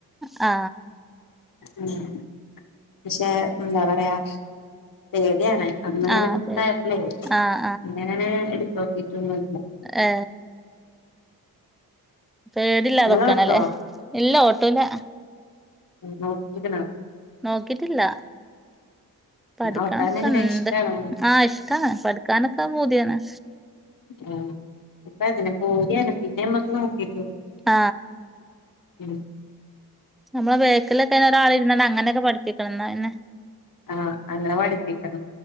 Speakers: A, in the centre; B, on the left (about 60°).
A: ആ
B: ഉ പക്ഷെ എന്താ പറയാ പെ പേടിയാണ് അന്നങ്ങനെ
A: ആഹ്
B: ഉണ്ടായപ്പള്
A: പേടി
B: പി
A: ആഹ്
B: ന്ന അങ്ങനെ എടുത്ത നോക്കിട്ടൊന്നു
A: ഹേ പേടില്ല
B: നിങ്ങള്
A: അതൊക്കെയണല്ലേ
B: ഓട്ടോ
A: ഇല്ല ഓട്ടു ല
B: നോക്കിക്ക്ണോ
A: നോക്കിട്ടില്ല പഠിക്കാനന്നൊക്കെ
B: ഓട്ടാൻ എങ്ങനെ ഇഷ്ടാണോ
A: ഇണ്ട് ആ ഇഷ്ടാണ് പഠിക്കാനൊക്കെ പൂ തിയാണ്
B: ആ അപ്പൊ അങ്ങെ പേടിയാണ് പിന്നെമ്മക്ക് നോക്കിട്ടു
A: ആ
B: ഉം
A: നമ്മളെ ബേക്കിലൊക്കെ ഒരാള് ഇരുന്നാണ്ട് അങ്ങനെയൊക്കെ പഠിപ്പിക്കണം ഇന്നാ പിന്നെ
B: ആ അങ്ങനെ പഠിപ്പിക്കണം